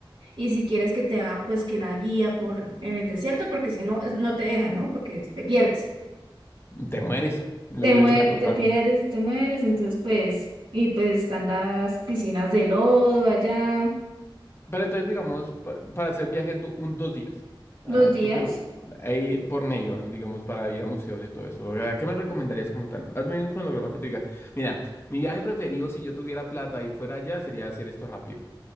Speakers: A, on the right (about 80°); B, on the left (about 30°).
A: Y si quieres que te haga, pues que la guía por en el desierto, porque si no, es- no te dejan, ¿no? Porque te pierdes.
B: te mueres. Luego
A: Te mue-
B: le echa la culpa.
A: te pierdes y te mueres, entonces pues, y pues están las piscinas de lodo allá,
B: Pero entonces, digamos, pa- para, hacer viaje du- un dos días, ah,
A: dos días.
B: tú que ahí por medio, digamos, para ir a museos y todo eso, ¿a ¿qué me recomendarías como tal? Hazme un cronograma que tú diga, mira, mi viaje preferido si yo tuviera plata y fuera allá sería hacer esto rápido.